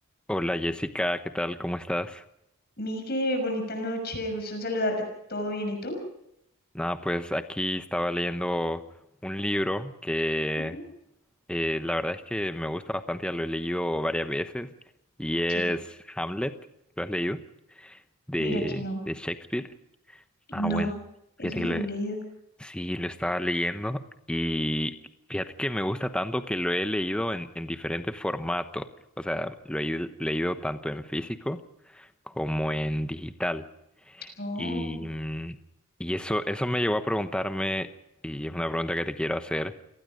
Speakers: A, in the centre; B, on the left.
A: Hola Jessica, ¿qué tal? ¿Cómo estás?
B: Migue, bonita noche, gusto en saludarte. ¿Todo bien? ¿Y tú?
A: Nada, pues aquí estaba leyendo un libro que
B: Ujú.
A: eh, la verdad es que me gusta bastante, ya lo he leído varias veces, y es
B: Sí,
A: Hamlet, ¿lo has leído? De,
B: mira que no.
A: de Shakespeare. Ah, bueno,
B: No,
A: fíjate
B: ese no
A: que lo
B: lo
A: he-
B: he leído.
A: sí, lo estaba leyendo y fíjate que me gusta tanto que lo he leído en, en diferentes formatos, o sea, lo he leído tanto en físico como en digital.
B: Oh,
A: Y, y eso, eso me llevó a preguntarme, y es una pregunta que te quiero hacer,